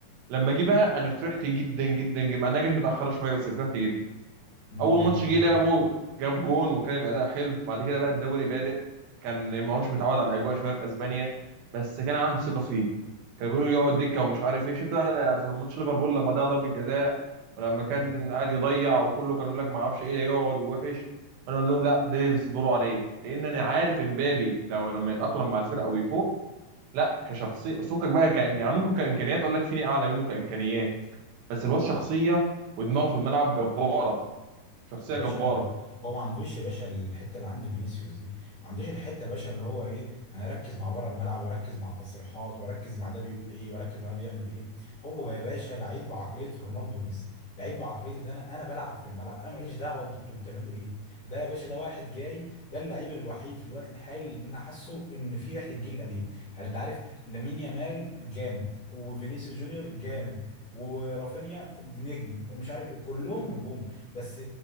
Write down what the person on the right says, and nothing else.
لما جه بقى انا فرحت جدا جدا جدا مع انها جت متاخره شويه بس فرحت
اول
ماتش
جه لعبه جاب جون وكان الاداء حلو بعد كده بقى الدوري بادئ كان ما هوش متعود على الاجواء شويه في اسبانيا بس كان عنده ثقه فيه كان بيقولوا يقعد دكه ومش عارف ايه شفت بقى ماتش ليفربول لما ضيع ضربه جزاء ولما
كان قاعد يضيع وكله كان يقول لك ما اعرفش ايه ده يقعد ووحش وانا اقول لهم لا ده يصبروا عليه لان انا عارف امبابي لو لما يتاقلم مع الفرقه ويفوق لا كشخصيه فكك بقى كإم... يعني ممكن كامكانيات اقول لك فيني اعلى منه كامكانيات بس الواد شخصيه ودماغه في الملعب جباره شخصيه
جباره